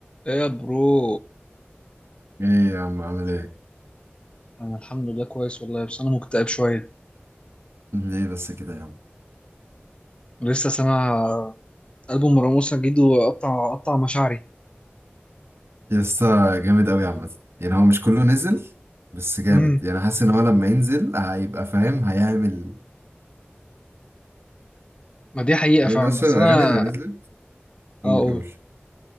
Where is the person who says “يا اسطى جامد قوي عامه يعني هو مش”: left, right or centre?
Right